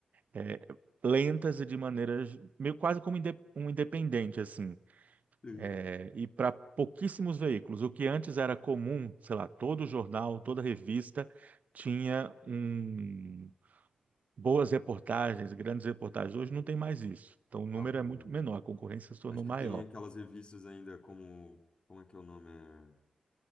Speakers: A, on the right (about 70°); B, on the left (about 40°).
A: eh, lentas e de maneiras meio quase como inde- um independente, assim.
B: <laughs>
A: Eh, e para pouquíssimos veículos. O que antes era comum, sei lá, todo jornal, toda revista tinha um. Boas reportagens, grandes reportagens. Hoje não tem mais isso. Então, o número
B: Acabou,
A: é muito
B: né?
A: menor, a concorrência se tornou
B: Acho que
A: maior.
B: tem aquelas revistas ainda como. Como é que é o nome? É...